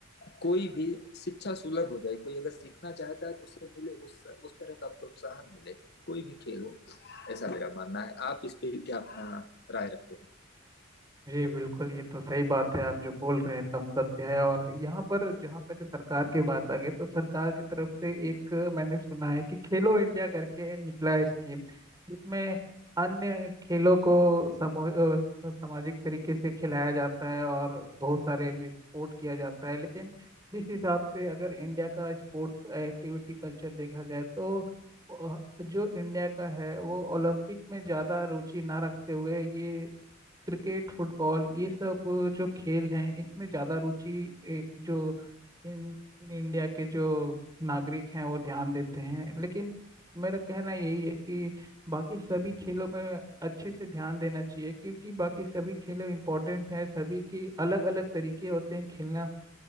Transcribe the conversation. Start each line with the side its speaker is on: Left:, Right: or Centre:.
Left: कोई भी शिक्षा सुलभ हो जाए कोई अगर सीखना चाहता है तो उसे मिले उस उस तरह का प्रोत्साहन मिले कोई भी खेल हो ऐसा मेरा मानना है आप इस पे क्या अपना राय रखते हैं
Right: जी बिल्कुल ये तो सही बात है आप जो बोल रहे हैं एकदम सत्य है और यहाँ पर जहाँ तक सरकार की बात आ गई तो सरकार की तरफ से एक मैंने सुना है कि खेलो इंडिया करके निकला है स्कीम जिसमें अन्य खेलों को समो अ, सामाजिक तरीके से खिलाया जाता है और बहुत सारे भी सपोर्ट किया जाता है लेकिन जिस हिसाब से अगर इंडिया का स्पोर्ट्स एक्टिविटी कल्चर देखा जाए तो अ, जो इंडिया का है वो ओलंपिक में ज़्यादा रुचि ना रखते हुए ये क्रिकेट फुटबॉल ये सब जो खेल हैं इसमें ज़्यादा रुचि ए, जो इन इंडिया के जो नागरिक हैं वो ध्यान देते हैं लेकिन मेरा कहना यही है कि बाकी सभी खेलों में अच्छे से ध्यान देना चाहिए क्योंकि बाकी सभी खेलों इंपॉर्टेंट हैं सभी के अलग अलग तरीके होते हैं खेलना